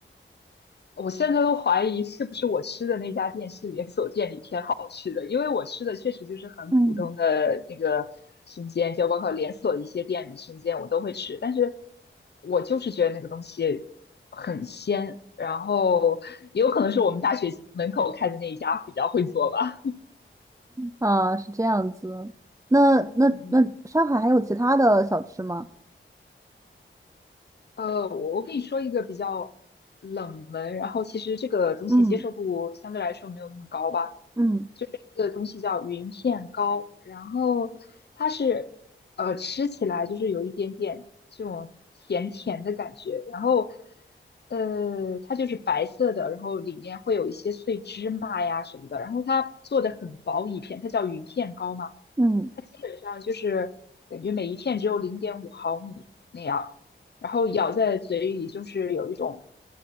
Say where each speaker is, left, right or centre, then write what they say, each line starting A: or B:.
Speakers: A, on the left; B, on the right.
A: 我现在都怀疑是不是我吃的那家店是连锁店里偏好吃的，因为我吃的确实就是很普通的那个生煎，
B: 嗯。
A: 就包括连锁的一些店里生煎我都会吃，但是我就是觉得那个东西很鲜，然后也有可能是我们大学门口开的那一家比较会做吧。
B: 啊，是这样子。那那那上海还有其他的小吃吗？
A: 嗯，呃，我我跟你说一个比较冷门，然后其实这个东西接受度相对来说没有那么高吧。
B: 嗯嗯
A: 一个东西叫云片糕，然后它是呃吃起来就是有一点点这种甜甜的感觉，然后呃它就是白色的，然后里面会有一些碎芝麻呀什么的，然后它做的很薄一片，它叫云片糕嘛，
B: 嗯，
A: 它基本上就是感觉每一片只有零点五毫米那样，然后咬在嘴里就是有一种